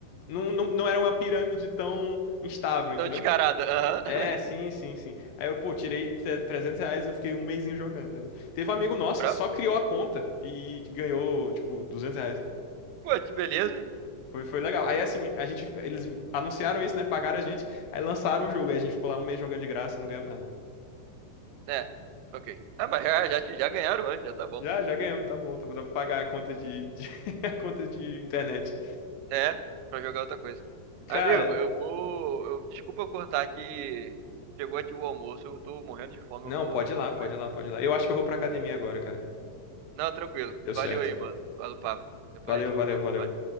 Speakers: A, on the left (about 70°); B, on the right (about 85°).
A: não, não, não era uma pirâmide tão instável, entendeu?
B: Tão descarada. Aham.
A: É,
B: <laughs>
A: sim, sim, sim. Aí eu, pô, tirei tre- 300 reais e eu fiquei um mesinho jogando, entendeu? Teve um amigo nosso
B: Bravo.
A: que só criou a conta e ganhou, tipo, 200 reais.
B: Pô, que beleza, hein?
A: Foi, foi legal. Aí, assim, a gente, eles anunciaram isso, né? Pagaram a gente, aí lançaram o jogo. Aí a gente ficou lá um mês jogando de graça e não ganhamos nada.
B: É. Ok. Ah, mas já, já, te- já ganharam antes, já tá bom.
A: Já, já ganhamos, tá bom, tá bom. Dá pra pagar a conta de, de- <laughs> a conta de internet.
B: É, pra jogar outra coisa.
A: Cara,
B: Amigo, eu vou. eu- desculpa eu cortar que chegou aqui o almoço, eu tô morrendo de fome,
A: não,
B: eu vou,
A: pode
B: eu
A: ir
B: vou
A: lá,
B: comer.
A: pode ir lá, pode ir lá. Eu acho que eu vou pra academia agora, cara.
B: Não, tranquilo.
A: Deu
B: Valeu
A: certo.
B: aí, mano. Fala o papo. Depois
A: Valeu,
B: a gente
A: valeu,
B: conversa.
A: valeu.